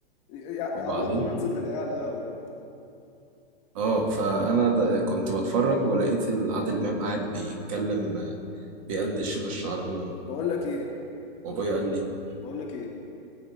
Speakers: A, on the left; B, on the right.
A: إيه، إيه، يعني
B: وبعدين
A: على الله ننزل نلاقيه على القهوة الوقت
B: اه فانا د- كنت بتفرج ولقيت ال- عادل امام قاعد بيتكلم آه، بيقلد الشيخ الشعراوي
A: بقول لك ايه
B: وابويا قال لي
A: بقول لك ايه